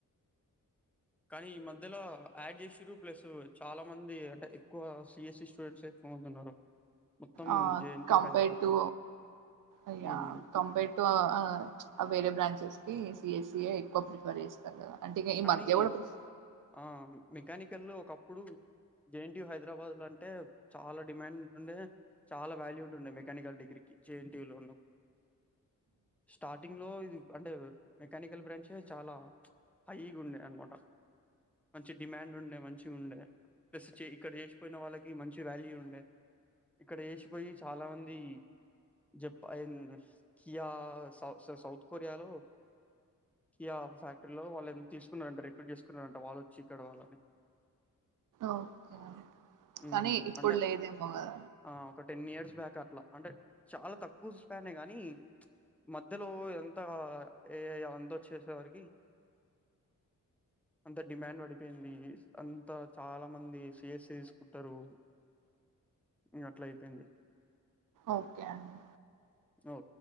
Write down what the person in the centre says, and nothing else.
కానీ ఈ మధ్యలో యాడ్ చేస్సిరు ప్లస్సు చాలా మంది అంటే ఎక్కువ సిఎస్ఈ స్టూడెంట్సే ఎక్కువ మంది ఉన్నారు మొత్తం
జేఎన్టీయు
హైదరాబాద్
దాంట్లో
ఉమ్
కానీ
ఆ మెకానికల్ ఒకప్పుడు జేఎన్టీయు హైదరాబాద్లో అంటే చాలా డిమాండ్ ఉండే చాలా వాల్యూ ఉంటుంది మెకానికల్ డిగ్రీకి జేఎన్టీయుూలోను స్టార్టింగ్లో ఇది అంటే మెకానికల్ బ్రాంచే చాలా హైగుండె అనుమాటా మంచి డిమాండ్ ఉండే మంచిగుండే స్ ఇక్కడ చేసిపోయిన వాళ్ళకి మంచి వాల్యూ ఉండే ఇక్కడ చేసిపోయ్యి చాలా మంది జప్పన్ అయినా కియా సౌత్ సౌత్కొరియాలో కియా ఫ్యాక్టరీలో వాళ్ళు తీసుకున్నారంట రిపీట్ చేసుకున్నారంట వాళ్ళు వచ్చి ఇక్కడ్వాళ్ళని
ఉమ్,
అంటే
ఆ ఒక టెన్ ఇయర్స్ బ్యాక్ అట్లా అంటే చాలా తక్కువ స్ప్యానేగాని మధ్యలో ఇదంతా ఏఐ ఆవంత వచ్చేసరికి అంత డిమాండ్ పడిపోయింది అంత చాలా మంది సిస్ఇ తిసుకుంటరు ఇగ అట్ల అయిపోయింది
ఓకే